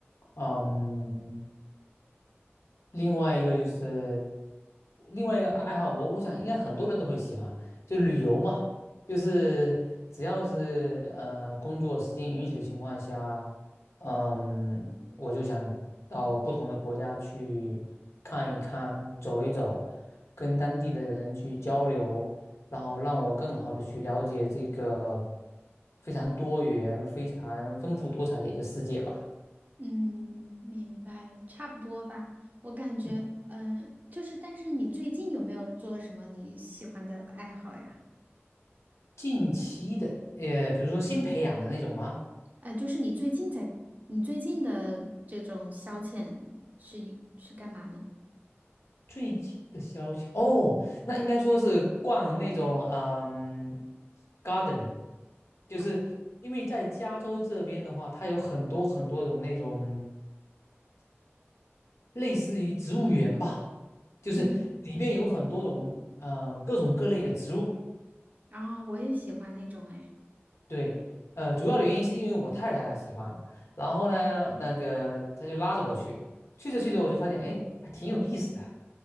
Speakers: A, on the left; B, on the right.
A: 嗯。另外一个就是另外一个爱好，我我想应该很多人都会喜欢，就旅游嘛，就是只要是呃工作时间允许的情况下，嗯，我就想到不同的国家去看一看、走一走，跟当地的人去交流，然后让我更好的去了解这个非常多元、非常丰富多彩的一个世界吧。
B: 嗯，明白，差不多吧。我感觉，
A: 嗯
B: 嗯、就是，但是你最近有没有做什么你喜欢的爱好呀？
A: 近期的，呃，比如说新培养的那种吗？
B: 哎、就是你最近在，你最近的这种消遣是是干嘛呢？
A: 最近的消息哦，那应该说是逛那种嗯，garden，就是因为在加州这边的话，
B: 啊，
A: 它有很多很多种那种类似于植物园吧，就是里面有很多种呃各种各类的植物。
B: 嗯，然后我也喜欢那种，哎。
A: 对，呃，主要的原因是因为我太太她喜欢，然后呢，那个她就拉着我去，去着去着我就发现，哎，还挺有意思的。